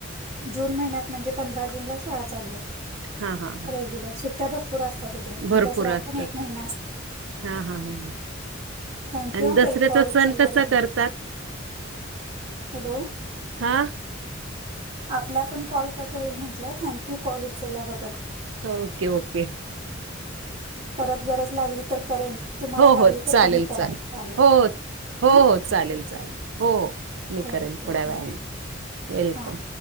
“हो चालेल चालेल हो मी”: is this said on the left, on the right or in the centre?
Right